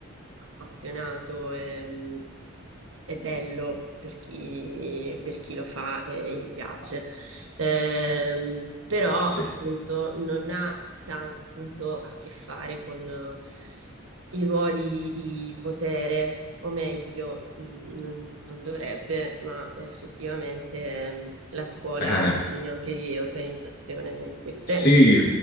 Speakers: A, on the right; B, on the left.
A: appassionato e, e bello per chi, per chi lo fa e gli piace. Ehm, però,
B: sì.
A: appunto, non ha tanto a che fare con i ruoli di potere, o meglio, mh, non, non dovrebbe, ma effettivamente mh, la scuola
B: Eh,
A: ha bisogno anche di organizzazione in quel senso.
B: Sì,